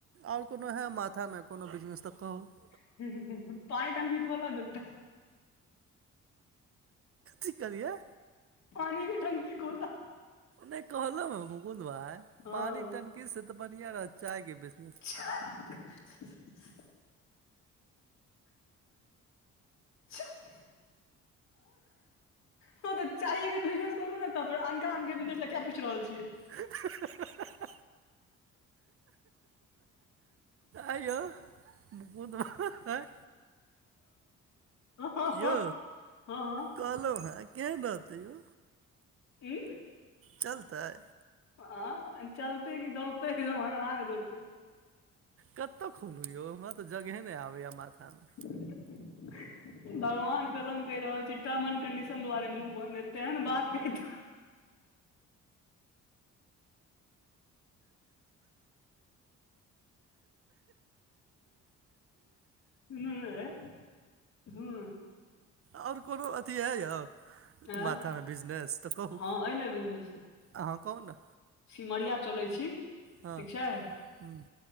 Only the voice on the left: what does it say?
<inaudible> पानी टंकी खोलब एकटा।
पानि के टंकी खोला
हँ
चाय के बिजनेस। चाय के हां त चाइये के बिजनेस करू ना त फेर अनका आनके बिजनेस ले कियाए पुछ रहल छियै।
<unintelligible>
हँ
ई
आं चलतै की दौड़तै एकदम हनहना के दौड़तेै।
भगवान कसम कहि रहल छी टर्म एंड कन्डीशन दुवारे मुॅंह बंद ऐ तेहेन बात कहितौं सुनू ने ए सुनू
आँ
हँ अइ ने बिजनेस
सिमरिया चलै छी,
ठीक छै।